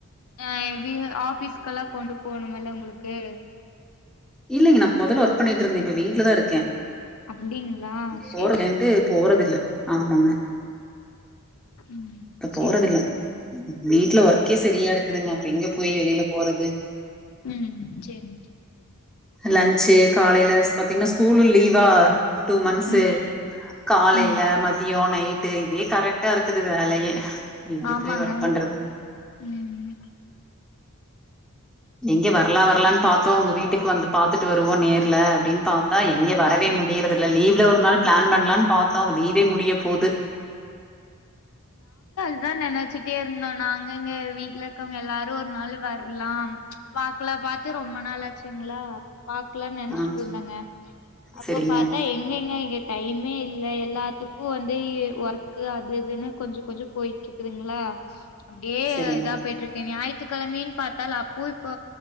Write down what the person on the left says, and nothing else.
ஆஹ் வீ ஆஃபிஸ்கெல்லா கொண்டு போனுமல்ல உங்களு கே
அப்டிங்களா
சேரி சேரி
ம்
சேரி
ம் சேரி
ம்
ஆ
ஆமாங்க
ம்
தா நெனைச்சிட்டே இருந்தோ நாங்க எங்க வீட்ல இருக்கவங்க எல்லாரு ஒரு நாள் வரலாம் பாக்கல பாத்தே ரொம்ப நாளாச்சுங்களா பாக்கலான்னு நெனச்சிட்டு
இருந்தங்க அப்ப
பாத்தா எங்கங்க டைமே இல்ல எல்லாத்துக்கு வந்து ஒர்க் கு அது இதுன்னு கொஞ்ச கொஞ்ச போயிட்ருக்குதுங்களா அப்படியே
இதா போய்டு இருக்கு ஞாயித்துக் கிழமைனு பாத்தா அப்போ இப்ப